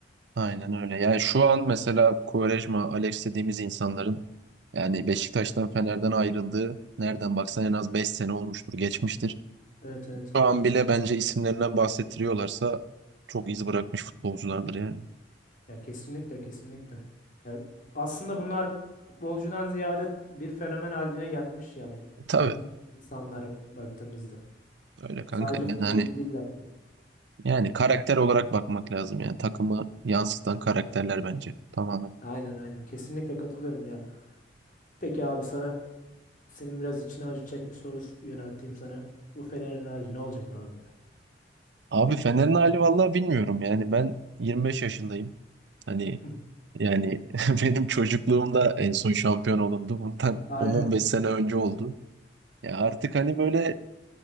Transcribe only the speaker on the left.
Evet evet.
Ya kesinlikle kesinlikle. Ya aslında bunlar futbolcudan ziyade bir fenomen haline gelmiş yani
in- insanlara baktığımızda.
Sadece futbolcu
değiller yani.
Aynen aynen. Kesinlikle katılıyorum ya. Peki abi sana senin biraz içine acıtacak bir soru s- yönelteyim sana. Bu Fener'in hali ne olacak abi ya?
<laughs>
Aynen.